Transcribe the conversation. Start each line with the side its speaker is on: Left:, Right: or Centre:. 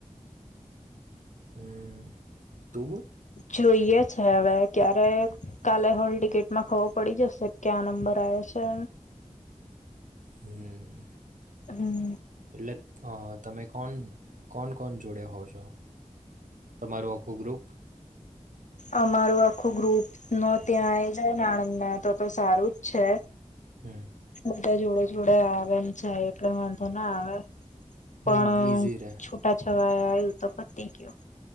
Right: હમ્મ. તું બોલ.
Left: જોઈએ છે હવે ક્યારે કાલે હોલ ટિકિટમાં ખબર પડી જશે ક્યા નંબર આવે છે.
Right: હમ્મ.
Left: હમ્મ.
Right: એટલે અહ તમે કોન કોણ-કોણ જોડે હોવ છો? તમારું આખું ગ્રુપ?
Left: અમારું આખું ગ્રુપ નો ત્યાં આઈ જાયને આણંદમાં તો-તો સારું જ છે.
Right: હમ્મ.
Left: બધા જોડે-જોડે આવેન જાય એટલે વાંધો ના આવે. પણ
Right: હમ ઇઝી રહે
Left: છૂટા છ વાયા આવ્યું તો પતી ગયું.